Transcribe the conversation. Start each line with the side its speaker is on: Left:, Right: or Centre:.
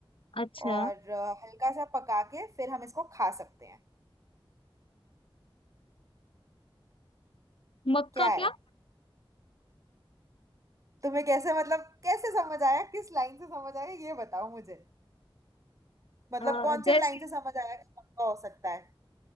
Left: अच्छा
Right: और अ, हल्का सा पका के फिर हम इसको खा सकते हैं
Left: मक्का
Right: क्या है
Left: क्या
Right: तुम्हें कैसे मतलब कैसे समझ आया किस लाइन से समझ आया ये बताओ मुझे मतलब
Left: अ,
Right: कौन से
Left: जैसे
Right: लाइन से समझ आया कि मक्का हो सकता है